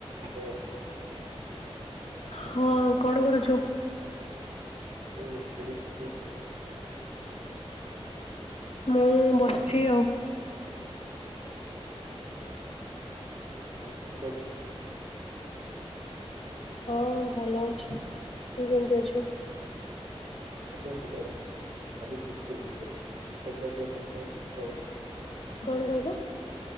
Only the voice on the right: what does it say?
Hello.
ଏ ବସିଥିଲି ତୁ?
ଆଉ କେମିତି ଅଛୁ?
ମୁଁ ବି ଭଲ ଅଛି। ଆଜି ଛୁଟି ଥିଲା ସେଥିପାଇଁ ଭାବିଲି ତୋ ସହ ଟିକେ କଥା ଯାଇଥାନ୍ତି ଆଉ।